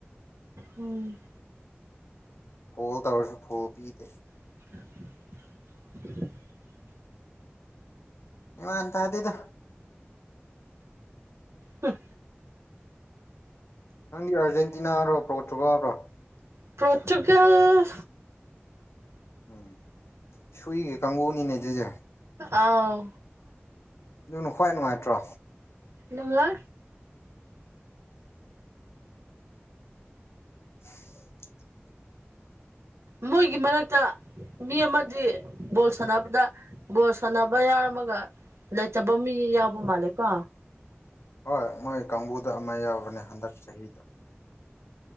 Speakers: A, on the right; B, on the left.
A: ꯎꯝ
B: ꯐꯣꯜ ꯇꯧꯔꯁꯨ ꯐꯣꯜ ꯄꯤꯗꯦ
A: <inaudible> <inaudible>
B: ꯏ ꯇ ꯑꯗꯨꯗꯗ
A: ꯎꯝ
B: ꯅꯪꯗꯤ ꯑꯥꯔꯖꯦꯟꯇꯤꯅꯥꯔꯣ ꯄ꯭ꯔꯣꯇꯨꯒꯔꯣ
A: ꯄꯣꯔꯇꯨꯒꯜ
B: ꯎꯝ ꯁꯨꯏꯒꯦ ꯀꯥꯡꯕꯨꯅꯤꯅꯦ ꯑꯗꯨꯁꯦ
A: ꯑꯥꯎ
B: ꯑꯗꯨꯅ ꯈ꯭ꯋꯥꯏ ꯅꯨꯡꯉꯥꯏꯇ꯭ꯔꯣ
A: ꯅꯪꯉ
B: <inaudible>
A: ꯃꯣꯏꯒꯤ ꯃꯔꯛꯇ ꯃꯤ ꯑꯃꯗꯤ ꯕꯣꯜ ꯁꯥꯟꯅꯕꯗ ꯕꯣꯜ ꯁꯥꯟꯅꯕ ꯌꯥꯎꯔꯝꯃꯒ ꯂꯩꯇꯕ ꯃꯤ ꯌꯥꯎꯕ ꯃꯥꯜꯂꯦꯀꯣ
B: ꯍꯣꯏ ꯃꯣꯏ ꯀꯥꯡꯕꯨꯗ ꯑꯃ ꯌꯥꯎꯕꯅꯦ ꯍꯟꯗꯛ ꯆꯍꯤꯗ